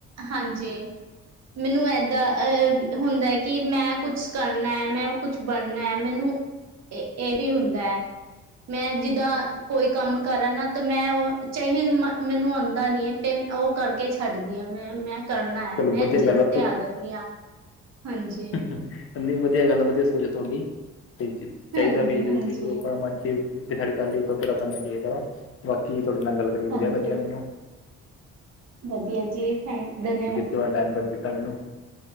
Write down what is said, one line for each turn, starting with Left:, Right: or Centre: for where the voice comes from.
Right: ਹਾਂਜੀ ਮੈਨੂੰ ਇਦਾਂ ਅਹ ਹੁੰਦਾ ਕਿ ਮੈਂ। ਕੁਛ ਕਰਨਾ ਹੈ। ਮੈਂ ਕੁਛ ਬਣਨਾ ਹੈ। ਮੈਨੂੰ ਇਹ ਇਹ ਵੀ ਹੁੰਦਾ ਹੈ। ਮੈਂ ਜ਼ਿਦ। ਦਾ ਕੋਈ ਕੰਮ ਕਰਾ ਨਾ ਤੇ ਮੈਂ ਉਹ ਚਾਹੀ ਮੈਨੂੰ ਆਉਂਦਾ ਨੀ ਹੈ। ਤੇ ਉਹ। ਕਰਕੇ ਛੱਡਦੀ ਆ ਮੈਂ ਮੈਂ ਕਰਨਾ ਹੈ।
Left: ਚਲੋ
Right: ਮੈਂ
Left: ਵਧੀਆ
Right: ਜਿੱਦ
Left: ਗੱਲ
Right: ਤੇ ਆ ਜਾਂਦੀ ਹਾਂ ਹਾਂਜੀ।
Left: ਹਾਂਜੀ ਵਧੀਆ ਗੱਲ ਵਧੀਆ ਸੋਚ ਹੈ। ਤੁਹਾਡੀ ਤੇ ਚਾਹੀਦਾ
Right: ਹਾਂਜੀ
Left: ਵੀ ਜਰੂਰੀ
Right: ਹਾਂਜੀ
Left: ਜੋ ਆਪਣਾ ਮਨ ਚ। ਸਾਡੀ ਕੱਲ ਹੀ ਉ ਪੂਰਾ ਕਰਨਾ ਚਾਹੀਦਾ ਵਾਕੇ ਬਾਕੀ ਤੁਹਾਡੇ ਨਾਲ ਗੱਲ ਕਰਕੇ ਵਧੀਆ
Right: ਹਾਂਜੀ
Left: ਲੱਗਿਆ ਮੈਨੂੰ।
Right: ਵਧੀਆ ਜੀ ਥੈਂਕ ਧੰਨਵਾਦ।
Left: ਜ਼ਰਾ ਟਾਈਮ ਕਰ ਦਿੱਤਾ ਮੈਨੂੰ